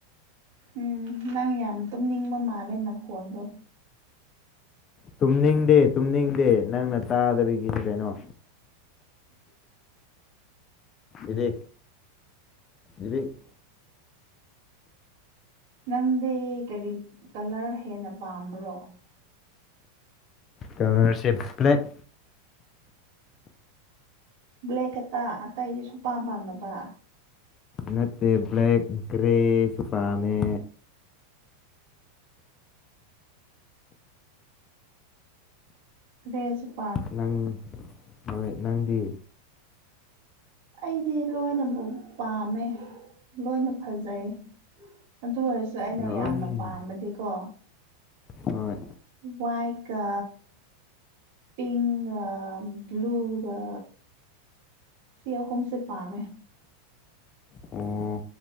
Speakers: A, on the right; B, on the left.
A: ꯎꯝ ꯅꯪ ꯌꯥꯝ ꯇꯨꯝꯅꯤꯡꯕ ꯃꯥꯜꯂꯦ ꯅꯈꯣꯟꯗꯣ
B: ꯇꯨꯝꯅꯤꯡꯗꯦ ꯇꯨꯝꯅꯤꯡꯗꯦ ꯅꯪꯅ ꯇꯥꯗꯕꯒꯤꯅꯤ ꯀꯩꯅꯣ ꯏꯕꯤ ꯏꯕꯤ <unintelligible>
A: ꯅꯪꯗꯤ ꯀꯔꯤ ꯀꯂꯔ ꯍꯦꯟꯅ ꯄꯥꯝꯕ꯭ꯔꯣ
B: ꯀꯂꯔꯁꯦ ꯕ꯭ꯂꯦꯛ
A: ꯕ꯭ꯂꯦꯛ ꯈꯥꯇꯥ ꯑꯇꯩꯗꯤ ꯁꯨꯡꯄꯥꯝ ꯄꯥꯝꯗꯕ
B: ꯅꯠꯇꯦ ꯕ꯭ꯂꯦꯛ ꯒꯔ꯭ꯦꯁꯨ ꯄꯥꯝꯃꯤ
A: ꯔꯦꯁ <unintelligible>
B: ꯅꯪ ꯍꯣꯏ ꯅꯪꯗꯤ
A: ꯑꯩꯗꯤ ꯂꯣꯏꯅꯕꯨ ꯄꯥꯝꯃꯦ ꯂꯣꯏꯅ ꯐꯖꯩ ꯑꯗꯨ ꯑꯣꯏꯔꯁꯨ ꯑꯩꯅ
B: ꯂꯣꯏ
A: ꯌꯥꯝꯅ ꯄꯥꯝꯃꯗꯤꯀꯣ
B: ꯍꯣꯏ
A: ꯋꯥꯏꯀ ꯄꯤꯡꯛꯒ ꯕ꯭ꯂꯨꯒ ꯁꯤ ꯑꯍꯨꯝꯁꯦ ꯄꯥꯝꯃꯦ
B: ꯑꯣ